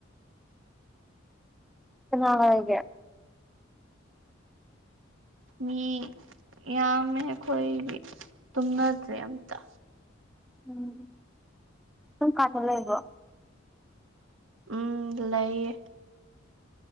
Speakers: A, in the centre; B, on the right.
A: ꯥꯟꯦ <unintelligible>
B: ꯃꯤ ꯌꯥꯝꯃꯦ ꯑꯩꯈꯣꯏ ꯇꯨꯝꯅꯗ꯭ꯔꯦ ꯑꯝꯇ
A: ꯎꯝ ꯁꯨꯝ ꯀꯥꯏꯗ ꯂꯩꯕꯣ
B: ꯎꯝ ꯂꯩꯌꯦ